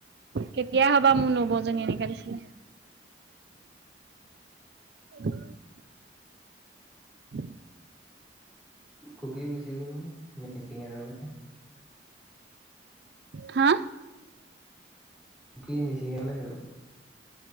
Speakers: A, on the right; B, in the centre.
A: কেতিয়া হবা মোৰ নবৌ জনী এনেকাে দিছিলে উ উম <inaudible>
B: ককিও গৈছে <unintelligible> মিচিঙ এটালে
A: হা
B: কি মিচিঙলে গল?